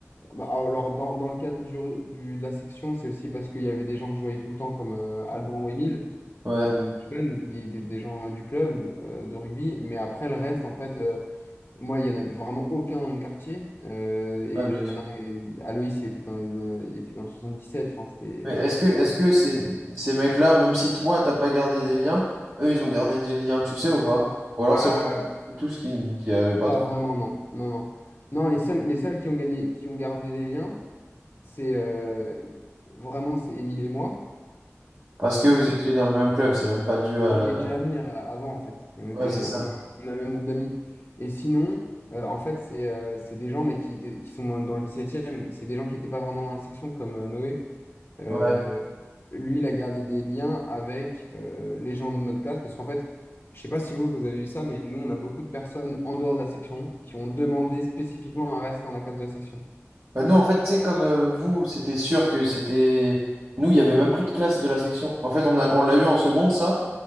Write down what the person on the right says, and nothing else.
ouais.
Ouais,
Mais est-ce
que,
est-ce que ces, ces mecs-là, même si toi, t'as pas gardé des liens, eux, ils ont gardé des liens, tu sais ou pas? Ou alors
c'est vraiment tous qui, qui avaient pas
trop.
Parce que vous étiez dans le même club, c'est même pas dû à
la...
Ouais, c'est
ça.
Ouais.
Bah, nous, en fait, c'est comme euh, vous, c'était sûr que c'était... Nous, il y avait même plus de classe de la section. En fait, on a, on l'a eu en seconde, ça.